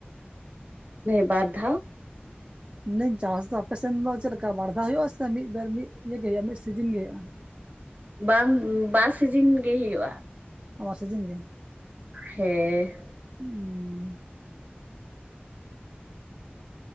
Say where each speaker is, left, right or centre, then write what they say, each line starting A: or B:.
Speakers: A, on the right (about 45°); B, on the right (about 30°).
A: ᱱᱮ ᱵᱟᱨ ᱫᱷᱟᱣ?
B: ᱢᱮᱱᱟᱹᱧ ᱪᱟᱥ ᱫᱚ ᱟᱯᱮ ᱥᱮᱱ ᱫᱚ ᱪᱮᱫ ᱞᱮᱠᱟ ᱵᱟᱲ ᱫᱷᱟᱣ ᱦᱩᱭᱩᱜ-ᱟ ᱥᱮ ᱢᱤᱫ ᱵᱟᱨ ᱢᱤᱫ‌ ᱢᱤᱜ ᱜᱮ ᱦᱩᱭᱩᱜᱼᱟ ᱢᱤᱜ ᱥᱤᱡᱤᱱ ᱜᱮ ᱦᱩᱭᱩᱜ-ᱟ᱾
A: ᱵᱟᱝ ᱵᱟᱨ ᱥᱤᱡᱤᱱ ᱜᱮ ᱦᱩᱭᱩᱜ-ᱟ᱾
B: ᱱᱚᱶᱟ ᱥᱤᱡᱤᱱ ᱜᱮ᱾
A: ᱦᱮᱸ᱾
B: ᱦᱩᱸ